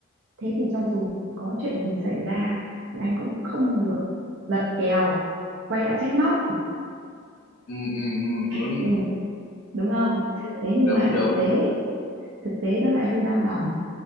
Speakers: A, on the right; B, on the left.
A: thế thì cho dù có chuyện gì xảy ra thì anh cũng không được lật kèo quay lại trách móc
B: ừ ừ ừ, ừ.
A: ừ, đúng không
B: Dạ,
A: thế nhưng
B: đúng
A: mà
B: đúng
A: thực tế thực tế nó lại hơi đau lòng